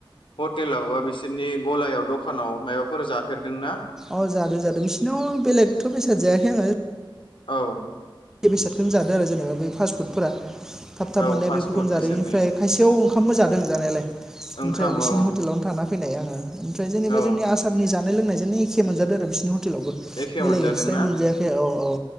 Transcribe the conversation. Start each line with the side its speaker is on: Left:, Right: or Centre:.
Left: हटेलाव बा बिसोरनि गलायाव दखानाव माबाफोर जाफेरदोंना
Centre: अ'जादों जादों बिसोरनाव बेलेगथ' बेसाद जायाखै आङो
Left: औ
Centre: बे बेसादखोनो जादो आरोे जेनेबा बे फास्ट फुडफोरा थाब थाब
Left: औ
Centre: मोननाया
Left: फास्ट
Centre: बेफोरखौनो
Left: फुड
Centre: जादों
Left: बिसोरनि
Centre: बेनिफ्राय खायसेयाव ओंखामबो जादों जानायालाय
Left: ओंखाम
Centre: ओमफ्राय बिसोरनि
Left: औ
Centre: हटेलावनो थाना फैनाय आंङो
Left: औ
Centre: लोंनायजों एखे मोनजादों आरो बिसनि ह हटेलावबो
Left: एखे
Centre: बेलेग
Left: मोनजादोंना
Centre: एक्सट्राय मोनजायाखै औ औ